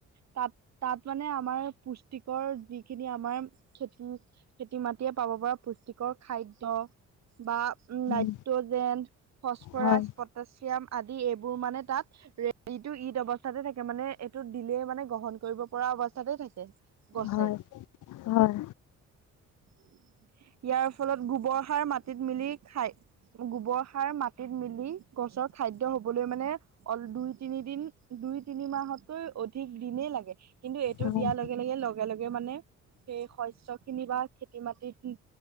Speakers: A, on the right; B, on the left.
A: তাত, তাত মানে আমাৰ পুষ্টিকৰ যি খিনি আমাৰ, খেতি, খেতি মাটিয়ে পাব পৰা পুষ্টিকৰ খাদ্য বা নাইট্ৰজেন,
B: উম,
A: ফচফৰাচ
B: হয়
A: পটাচিয়াম আদি, এইবোৰ মানে তাত <unintelligible> ঈদ অৱস্থাতে থাকে মানে এইটো দিলে মানে গ্ৰহণ কৰিব পৰা অৱস্থাতে থাকে, গছে।
B: হয় হয়।
A: ইয়াৰ ফলত গোবৰ সাৰ মাটিত মিলি খায় গোবৰ সাৰ মাটিত মিলি গছৰ খাদ্য হবলৈ মানে অল দুই তিনিদিন দুই তিনি মাহতকৈ অধিক দিনেই লাগে। কিন্তু এইটো
B: হয়
A: দিয়াৰ লগে লগে লগে লগে মানে সেই শস্য খিনি বা খেতি মাটিত